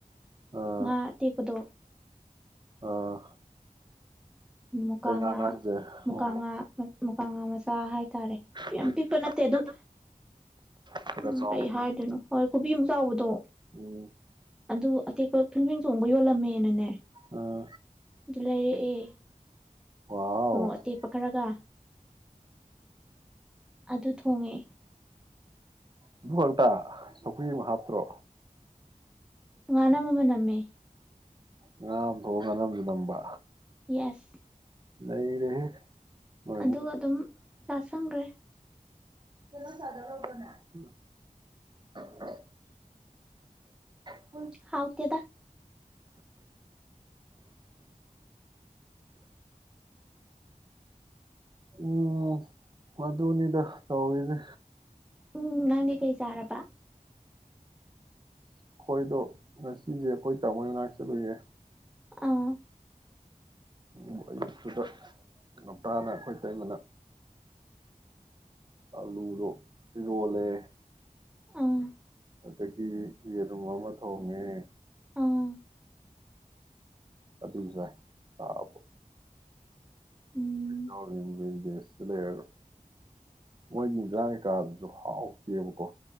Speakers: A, on the right; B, in the centre.
A: ꯑꯥ
B: ꯉꯥ ꯑꯇꯦꯛꯄꯗꯣ
A: ꯑꯥ
B: ꯃꯨꯀꯥꯉꯥ
A: ꯀꯩ ꯉꯥꯅꯣ ꯍꯥꯏꯖꯦ ꯑꯣ
B: ꯃꯨꯀꯥꯉꯥ ꯃꯨꯀꯥꯉꯥ ꯃꯆꯥ ꯍꯥꯏ ꯇꯔꯦ
A: ꯈꯔ
B: ꯌꯥꯝ ꯄꯤꯛꯄ ꯅꯠꯇꯦ ꯑꯗꯨꯝ
A: ꯈꯔ
B: ꯎꯝ
A: ꯆꯥꯎꯕꯗꯨꯅꯤ
B: ꯀꯩ ꯍꯥꯏꯗꯣꯏꯅꯣ ꯈꯨꯕꯤꯃꯨꯛ ꯆꯥꯎꯕꯗꯣ
A: ꯎꯝ
B: ꯑꯗꯨ ꯑꯇꯦꯛꯄ ꯐꯤꯡꯐꯤꯡ ꯆꯣꯡꯕ ꯌꯣꯜꯂꯝꯃꯦꯅꯅꯦ
A: ꯑꯥ
B: ꯑꯗꯨ ꯂꯩꯔꯛꯑꯦ
A: ꯋꯥꯎ
B: ꯃꯣꯔꯣꯛ ꯑꯇꯦꯛꯄ ꯈꯔꯒ ꯑꯗꯨ ꯊꯣꯡꯉꯦ
A: ꯑꯗꯨ ꯈꯛꯇ ꯁꯧꯒ꯭ꯔꯤ ꯑꯃ ꯍꯥꯞꯇ꯭ꯔꯣ
B: ꯉꯥꯅꯝ ꯑꯃ ꯅꯝꯃꯦ
A: ꯉꯥ ꯊꯣꯡꯉ ꯉꯅꯝꯃꯁꯨ ꯅꯝꯕ
B: ꯌꯦꯁ
A: ꯅꯩꯔꯦꯍꯦ ꯅꯣꯏ
B: ꯑꯗꯨꯒ
A: ꯏꯃꯨꯡ
B: ꯑꯗꯨꯝ ꯆꯥꯥꯁꯟꯒ꯭ꯔꯦ
A: <unintelligible> <unintelligible>
B: ꯍꯥꯎꯇꯦꯗ
A: ꯎꯝ ꯃꯗꯨꯅꯤꯗ ꯇꯧꯏꯁꯦ
B: ꯎꯝ ꯅꯪꯗꯤ ꯀꯩ ꯆꯥꯔꯕ
A: ꯑꯩꯈꯣꯏꯗꯣ ꯉꯁꯤꯁꯦ ꯑꯩꯈꯣꯏ ꯇꯥꯝꯃꯣ ꯃꯅꯥꯛ ꯆꯠꯂꯨꯌꯦ
B: ꯑꯥ
A: ꯎ ꯑꯌꯨꯛꯇꯨꯗ ꯉꯟꯇꯥꯅ ꯑꯩꯈꯣꯏ ꯏꯇꯩꯃꯅ ꯑꯥꯂꯨ ꯗꯣ ꯏꯔꯣꯟꯂꯦ
B: ꯎꯝ
A: ꯑꯗꯒꯤ ꯌꯦꯔꯨꯝ ꯑꯃ ꯊꯣꯡꯉꯦ
B: ꯑꯥ
A: ꯑꯗꯨ ꯆꯥꯏ ꯆꯕꯒꯤ
B: ꯎꯝ
A: ꯗꯦꯁꯇꯥ ꯂꯩꯔꯒ ꯃꯣꯏꯒꯤ ꯏꯟꯖꯥꯡ ꯀꯩꯀꯥ ꯗꯨꯁꯨ ꯍꯥꯎꯇꯦꯕꯀꯣ